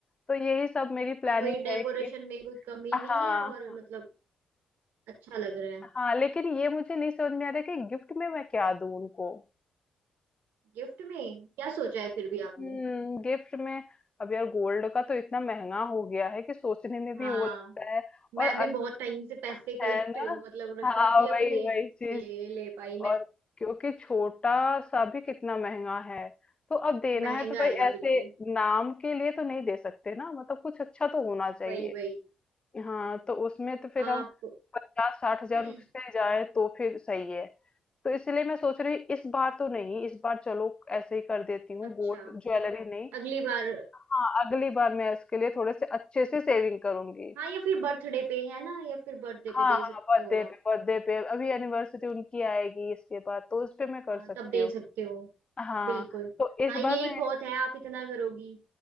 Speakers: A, on the left; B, on the right.
A: तो यही सब मेरी प्लानिंग
B: हाँ वही डेकोरेशन
A: है कि
B: में कोई कमी
A: हाँ
B: नहीं है और
A: हाँ
B: मतलब अच्छा लग रहा है
A: हाँ लेकिन ये मुझे नहीं समझ में आ रहा कि गिफ्ट में मैं क्या दूं उनको
B: गिफ्ट में क्या सोचा है फिर भी
A: हम्म,
B: आपने
A: गिफ्ट में अब यार गोल्ड का तो इतना महंगा हो गया है कि सोचने में भी
B: हाँ
A: वो लगता है
B: मैं
A: और अच्छा
B: भी बहुत टाइम से पैसे कलेक्ट
A: है ना
B: मतलब रख
A: हाँ
B: रही थी
A: वही
B: अपने इसीलिए
A: वही चीज
B: ले पाई मैं
A: और क्योंकि छोटा सा भी कितना महंगा है तो अब देना
B: महंगा
A: है तो भाई
B: आएगा
A: ऐसे
B: बिल्कुल
A: नाम के लिए तो नहीं दे सकते ना मतलब कुछ अच्छा तो होना चाहिए
B: वही वही
A: हाँ तो उसमें तो फिर
B: आप
A: हम पचास साठ हजार
B: <clears throat>
A: से जाए तो फिर सही है तो इसलिए मैं सोच रही इस बार तो नहीं इस बार चलो ऐसे ही कर देती हूँ
B: अच्छा
A: गोल्ड ज्वेलरी नहीं
B: अगली बार
A: हाँ अगली बार मैं इसके लिए थोड़े से अच्छे से सेविंग करूंगी
B: हाँ या फिर बर्थडे पे है ना या फिर बर्थडे
A: हाँ
B: पे दे
A: हाँ
B: सकते
A: बर्थडे
B: हो
A: पे
B: आप
A: बर्थडे पे अभी एनिवर्सरी उनकी आएगी इसके बाद तो उस पे मैं कर
B: हाँ
A: सकती
B: तब दे
A: हूँ
B: सकते हो
A: हाँ
B: बिल्कुल
A: तो इस
B: हाँ यही
A: बार मैं
B: बहुत है आप इतना करोगी